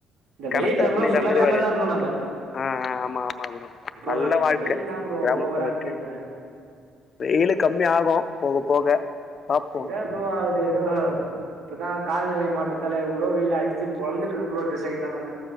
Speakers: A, on the right; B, on the left.
A: இந்த
B: கெணத்துல
A: வெயில் டைம்ல
B: குளிக்கிற
A: ஃபுல்லாவே
B: மாரி
A: அங்கதா
B: வராது
A: இருந்தோ நாங்க
B: ஆ ஆ ஆமா ஆமா
A: ப்ரோ
B: நல்ல
A: ஆனா இப்ப
B: வாழ்க்க
A: வெயில்தா ப்ரோ
B: கிராமத்து
A: ஓவரா
B: வாழ்க்க
A: இருக்கு இப்ப
B: வெயிலு கம்மி ஆகு போகப் போக பாப்போ
A: எங்க ப்ரோ ஆவுது எதோ ஹ இப்பதா கால்நிலை மாற்றத்தால இவ்ளோ வெயிலு அடிச்சு பொலந்துட்டுருக்கு ப்ரோ இந்த சைடுலானாங்க